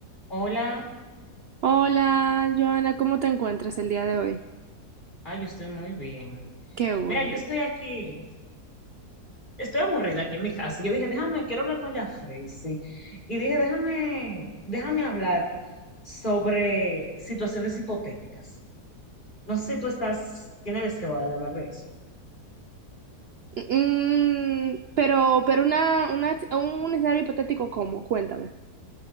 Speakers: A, on the left; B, on the right.
A: Hola,
B: Hola, Joana, ¿cómo te encuentras el día de hoy?
A: ah, yo estoy muy bien.
B: Qué bueno.
A: Mira, yo estoy aquí, estoy aburrida aquí en mi casa. Yo dije, déjame, quiero hablar con Jafrey, sí. Y dije, déjame, déjame hablar sobre situaciones hipotéticas. No sé si tú estás, tienes deseo ahora de hablar de eso.
B: Mm, mm, pero, pero una, una, un escenario hipotético, ¿cómo? Cuéntame.